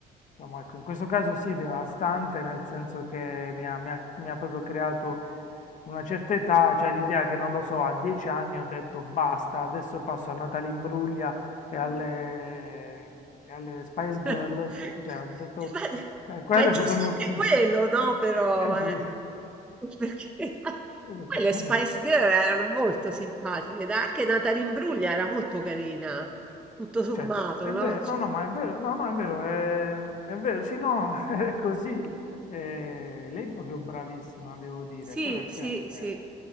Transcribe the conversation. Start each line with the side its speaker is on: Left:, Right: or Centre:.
Left: diciamo, ecco, in questo caso sì, devastante, nel senso che mi ha, mi ha- mi ha proprio creato una certa età, cioè l'idea che, non lo so, a dieci anni ho detto basta, adesso passo a Natalimbruglia e alle, e alle Spice Girl.
Centre: <laughs>
Left: Cioè, ho detto,
Centre: Ma
Left: eh, quello
Centre: ma è giusto
Left: è stato il mio...
Centre: anche quello,
Left: <laughs>
Centre: no? Però,
Left: Sì, sì.
Centre: eh, <laughs> perché <laughs>
Left: Ho detto,
Centre: poi le
Left: <laughs>
Centre: Spice Girl erano molto simpatiche, dai, anche Natalie Imbruglia era molto carina, tutto sommato,
Left: Certo, è
Centre: no?
Left: vero,
Centre: Ci-
Left: no, no, ma è vero, no, no, è vero, è, è vero, sì, no, <laughs> è così. Eh, lei è proprio bravissima, devo dire,
Centre: Sì,
Left: però è
Centre: sì,
Left: chiaro
Centre: sì,
Left: che è